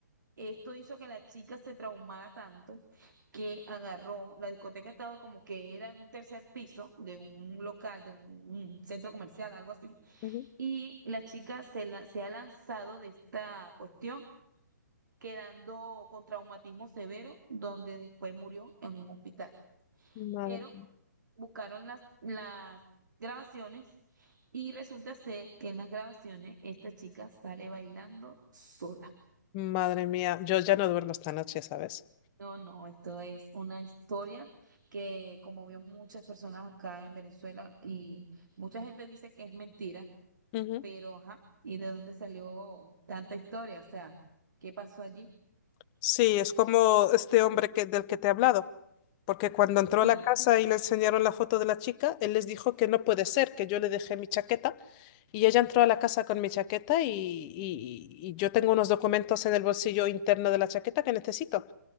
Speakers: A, on the right (about 75°); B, on the left (about 25°).
A: Esto hizo que la chica se traumara tanto que agarró, la discoteca estaba como que era en un tercer piso de un local, de un, un centro comercial, algo así.
B: Ujú.
A: Y la chica se, la- se ha lanzado de esta cuestión quedando con traumatismo severo, donde después murió en un hospital.
B: Madre.
A: Pero buscaron las, las grabaciones y resulta ser que en las grabaciones esta chica sale bailando sola.
B: Madre mía, yo ya no duermo esta noche, ¿sabes?
A: No, no, esto es una historia que como vio muchas personas acá en Venezuela y mucha gente dice que es mentira,
B: Ujú.
A: pero ajá, ¿y de dónde salió tanta historia? O sea, ¿qué pasó allí?
B: Sí, es como este hombre que, del que te he hablado. Porque cuando entró
A: Sí,
B: a la casa y le enseñaron la foto de la chica, él les dijo que no puede ser, que yo le dejé mi chaqueta. Y ella entró a la casa con mi chaqueta y, y- y yo tengo unos documentos en el bolsillo interno de la chaqueta que necesito.